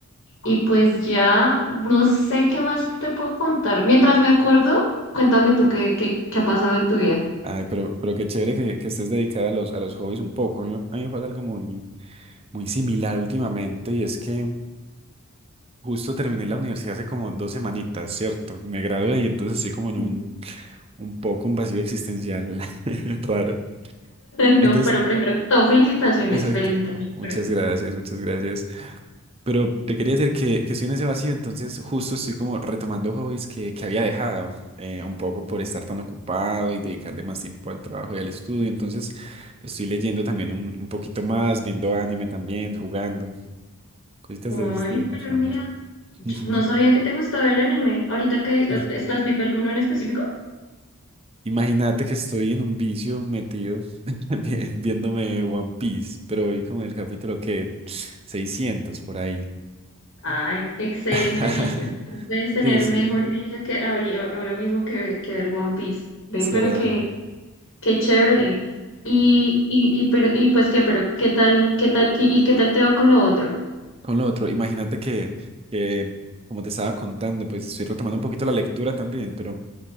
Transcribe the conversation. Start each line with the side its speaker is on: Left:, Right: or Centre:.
Left: Y pues ya no sé qué más te puedo contar. Mientras me acuerdo, cuéntame tú qué, qué, qué ha pasado en tu vida.
Right: Ay, pero, pero qué chévere que, que estés dedicada a los, a los hobbies un poco. A mí, me a mí me pasa algo muy, muy similar últimamente y es que justo terminé la universidad hace como dos semanitas, ¿cierto? Me gradué y entonces estoy como en
Left: <laughs>
Right: un, un poco un vacío existencial <laughs> raro.
Left: No,
Right: Entonces,
Left: pero primero que todo, felicitaciones,
Right: exacto.
Left: felicitaciones.
Right: Muchas gracias, muchas gracias. Pero te quería decir que, que estoy en ese vacío, entonces justo estoy como retomando hobbies que, que había dejado, eh, un poco por estar tan ocupado y dedicarle más tiempo al trabajo y al estudio. Entonces estoy leyendo también un, un poquito más, viendo anime también, jugando, cositas
Left: Ay,
Right: de estilo
Left: pero
Right: también.
Left: mira, yo
Right: <laughs>
Left: no sabía que te gustaba el anime. Ahorita que
Right: Sí.
Left: eh, estás viendo alguno en específico.
Right: Imagínate que estoy en un vicio metido <laughs> vi- viéndome One Piece, pero hoy como en el capítulo que 600 por ahí.
Left: Ay, excelente
Right: <laughs>
Left: video. No Puedes tener
Right: Sí, sí,
Left: mejor video que ahori- ahora mismo que, que ver One Piece. Ven,
Right: será.
Left: pero qué, qué chévere. Y, y, y, pero, y pues qué, pero qué tal, qué tal, qué- y qué tal te va con lo otro.
Right: Con lo otro, imagínate que, que, como te estaba contando, pues estoy retomando un poquito la lectura también, pero,